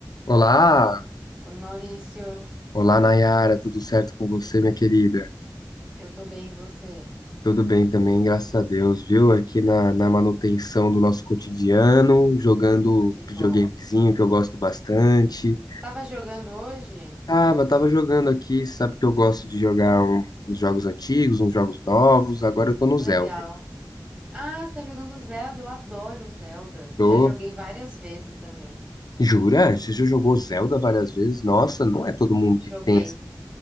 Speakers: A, on the left; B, on the right.
A: Olá,
B: Oi, Maurício.
A: olá Nayara, tudo certo com você, minha querida?
B: Eu tô bem, e você?
A: Tudo bem também, graças a Deus, viu? Aqui na, na manutenção do nosso cotidiano, jogando
B: Que
A: um
B: bom.
A: videogamezinho que eu gosto bastante.
B: Tava jogando hoje?
A: Tava, tava jogando aqui, sabe que eu gosto de jogar um- uns jogos antigos, uns jogos novos, agora eu tô no
B: Que
A: Zelda.
B: legal. Ah, você tá jogando Zelda? Eu adoro Zelda.
A: Tô...
B: Já joguei várias vezes também.
A: Jura? Você já jogou Zelda várias vezes? Nossa, não é todo mundo que
B: Joguei.
A: pensa,